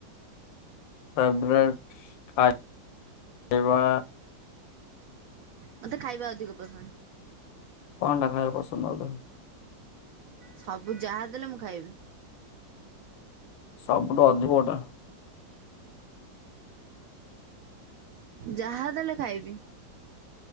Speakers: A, on the left; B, on the right.
A: ଫେବରେଟ୍ ଖାଇବା।
B: ମତେ ଖାଇବା ଅଧିକ ପସନ୍ଦ।
A: <inaudible>
B: ସବୁ ଯାହା ଦେଲେ ମୁଁ ଖାଇବି।
A: ସବଠ ଅଧଟା
B: ଯାହା ଦେଲେ ଖାଇବି।